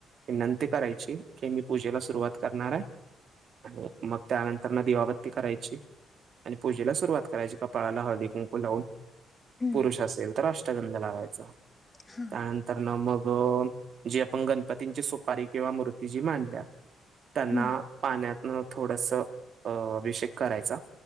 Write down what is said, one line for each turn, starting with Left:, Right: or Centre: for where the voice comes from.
Right: विनंती करायची. की मी पूजेला सुरुवात करणार आहे आणि मग त्यानंतर ना दिवाबत्ती करायची. आणि पूजेला सुरुवात करायची कापाळाला हळदी कुंकू लावून
Left: हम्म
Right: पुरुष असेल तर अस. ंध लावायचा
Left: हा
Right: त्यानंतर ना मग जी आपण गणपतींची सुपारी किंवा मूर्ती जी मांडल्या त्यांना
Left: हम्म
Right: पाण्यातन थोडस अभिषेक करायचा.